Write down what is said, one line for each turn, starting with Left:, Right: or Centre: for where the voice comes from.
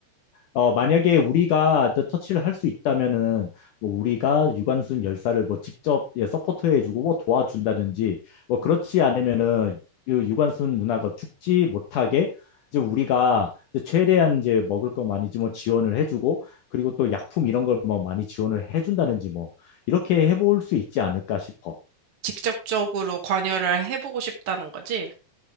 Left: 어, 만약에 우리가 저 터치를 할 수 있다면은 뭐 우리가 유관순 열사를 뭐 직접 예, 서포트해주고 뭐 도와준다든지 뭐 그렇지 않으면은 이 유관순 누나가 죽지 못하게 이제 우리가 이제 최대한 이제 먹을 거 많이 뭐 지원을 해주고 그리고 또 약품 이런 걸 뭐 많이 지원을 해준다든지 뭐 이렇게 해볼 수 있지 않을까 싶어.
Right: 직접적으로 관여를 해보고 싶다는 거지?